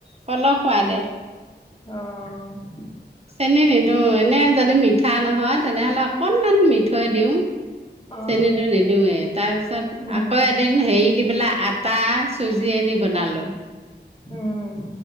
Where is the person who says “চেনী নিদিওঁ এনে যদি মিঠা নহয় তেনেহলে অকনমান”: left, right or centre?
Right